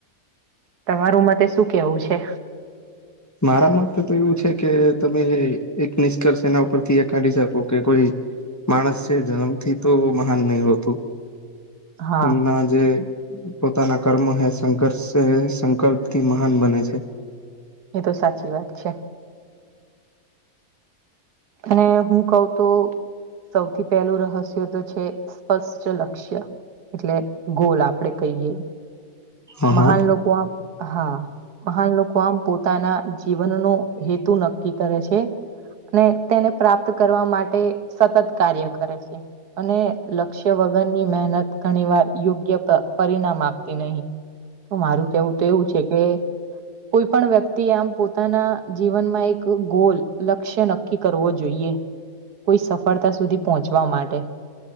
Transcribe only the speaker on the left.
મારા માટે તો એવું છે કે તમે એક નિષ્કર્ષ એના ઉપરથી એ કાઢી શકો કે કોઈ માણસ છે જન્મ થી તો મહાન નહી હોતું.
એમના જે પોતાના કર્મો હે સંઘર્ષ સંકલ્પથી મહાન બને છે.
હા
હા